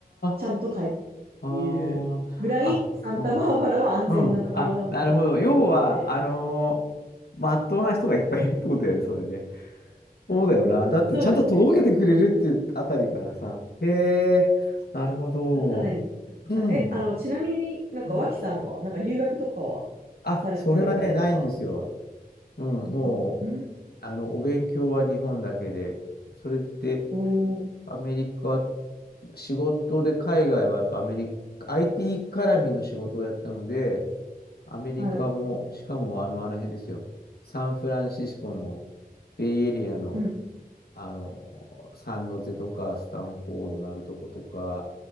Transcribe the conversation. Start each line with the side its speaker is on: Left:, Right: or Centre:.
Right: ちゃんと帰って
Left: あ、ああ、
Right: っていうぐらい、
Left: あ、
Right: サンタバーバラは安全なところかなって思ってて。
Left: うん、うん。あ、なるほど。要は、あのーまっとうな人がいっぱいいるってことだよね、それね。そうだよな。だって、
Right: そうですね。
Left: ちゃんと届けてくれるっていうあたりからさ。
Right: な
Left: へえ、なるほど。
Right: かなかないんですけど。
Left: うん、
Right: はい、え、あの、ちなみになんか脇さんは、
Left: うん。
Right: なんか留学とかはされてたりとか、
Left: あ、それはね、ないんですよ。
Right: なんか、
Left: うん、もう、
Right: あ、うん、
Left: あの、お勉強は日本だけで、それって、
Right: おー、
Left: アメリカ、仕事で海外はやっぱアメリカ、IT 絡みの仕事をやったので、アメリカも、
Right: はい、
Left: しかもあの、あの辺ですよ。サンフランシスコのベイエリアの、
Right: うん。
Left: あの、サンノゼとか、スタンフォードのあるとことか、